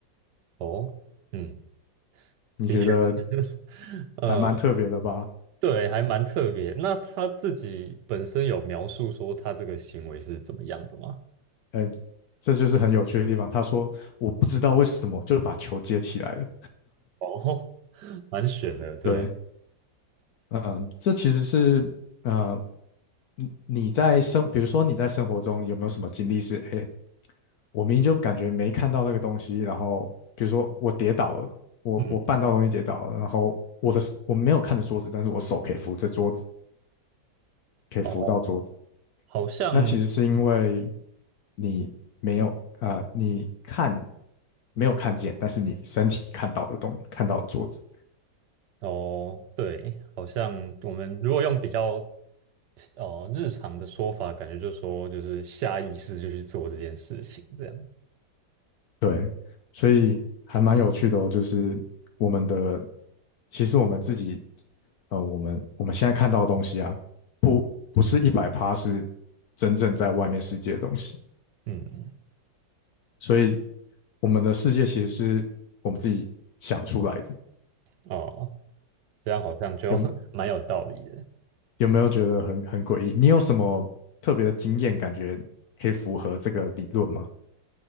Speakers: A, on the right; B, on the left.
A: 哦，嗯，
B: 你觉得
A: 的确是，<laughs> 呃，
B: 还蛮特别的吧？
A: 对，还蛮特别。那他自己本身有描述说他这个行为是怎么样的吗？
B: 哎，这就是很有趣的地方。他说：“我不知道为什么就把球接起来了。”
A: 哦，<laughs> 蛮悬的，
B: <laughs>
A: 对，
B: 对，嗯、呃这其实是呃，你你在生，比如说你在生活中有没有什么经历是，哎，我明明就感觉没看到那个东西，然后比如说我跌倒了，我我绊到东西跌倒了，
A: 嗯，
B: 然后我的我没有看着桌子，但是我手可以扶着桌子，可以扶到桌子，
A: 哦，好像。
B: 那其实是因为
A: 嗯
B: 你没有啊、呃你看没有看见，但是你身体看到的东看到的桌子。
A: 哦，对，好像我们如果用比较哦，日常的说法感觉就说就是下意识就去做这件事情，这样，
B: 对，所以还蛮有趣的哦，就是我们的，其实我们自己，呃，我们我们现在看到的东西啊，不不是一百趴是真正在外面世界的东西，
A: 嗯，
B: 所以我们的世界其实是我们自己想出来的。
A: 哦，这样好像就
B: 有
A: <laughs> 蛮有道理的。
B: 有没有觉得很很诡异？你有什么特别的经验，感觉可以符合这个理论吗？